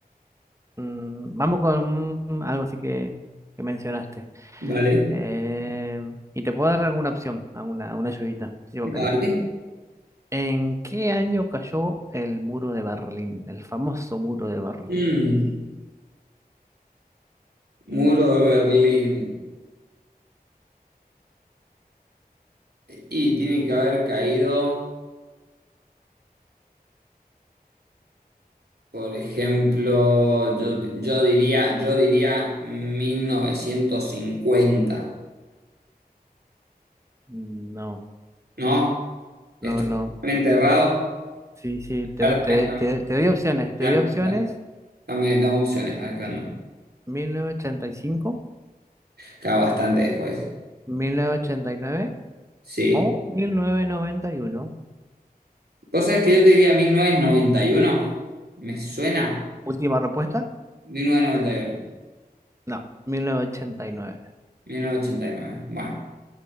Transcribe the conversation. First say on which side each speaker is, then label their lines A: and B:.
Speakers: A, on the right; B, on the right.
A: Mm, Vamos con algo así que, que mencionaste.
B: Dale,
A: Eh, y te puedo dar alguna opción, alguna, una ayudita, si vos querés.
B: dale.
A: ¿En qué año cayó el muro de Berlín? El famoso muro de Berlín.
B: Mm, muro de Berlín. Y tiene que haber caído, por ejemplo, yo, yo diría, yo diría 1950,
A: No,
B: ¿no? Estoy
A: no, no.
B: totalmente errado.
A: Sí, sí, te,
B: Claro,
A: te,
B: Dame,
A: te, te doy opciones. Te
B: dame,
A: doy opciones.
B: dame, dame- dame opciones, a ver qué onda.
A: mil mil novecientos novecientos ochenta ochenta y cinco
B: Queda bastante después.
A: mil novecientos ochenta y nueve
B: Sí.
A: o mil novecientos noventa y uno
B: ¿Vos sabés que yo te diría mil novecientos noventa y uno ¿Me suena?
A: Última respuesta.
B: mil mil novecientos novecientos noventa y uno
A: No, 1989.
B: mil novecientos ochenta y nueve Bueno.